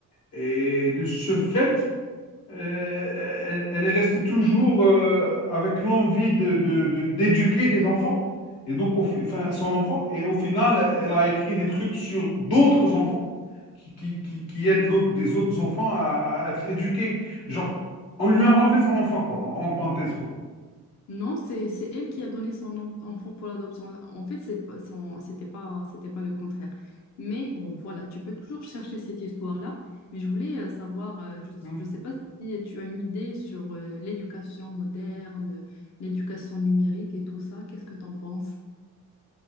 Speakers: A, on the left; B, on the left.
A: Et de ce fait, euh, elle, elle est restée toujours euh, avec l'envie de, de- de- d'éduquer des enfants. Et donc, au fi- enfin, son enfant. Et au final, elle a écrit des trucs sur d'autres enfants qui, qui, qui- qui aident l'autre- des autres enfants à, à être éduqués. Genre, on lui a enlevé son enfant, quoi, en, en parenthèse, quoi.
B: Non, c'est c'est elle qui a donné son en- enfant pour l'adoption. En fait, c'est pas- son- c'était pas c'était pas le contraire. Mais bon, voilà, tu peux toujours chercher cette histoire-là. Mais je voulais euh, savoir, euh, je
A: Hmm.
B: je sais pas si tu as une idée sur euh, l'éducation moderne, l'éducation numérique et tout ça. Qu'est-ce que tu en penses?